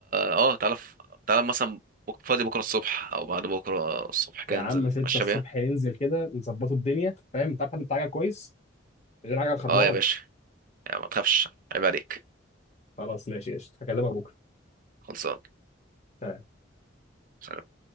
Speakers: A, on the right; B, on the left.
A: اه تعالى ف- تعالى مثلا بك- فاضي بكرة الصبح أو بعد بكرة الصبح كده
B: يا عم
A: ننزل نتمشى
B: 6 الصبح
A: بيها
B: ننزل كده نظبطوا الدنيا فاهم؟ تعرف حد بتاع عجل كويس؟ غير عجل خربان
A: اه يا باشا يعني ما تخافش عيب عليك
B: خلاص ماشي قشطة هكلمك بكرة
A: خلصان
B: سلام.
A: سلام.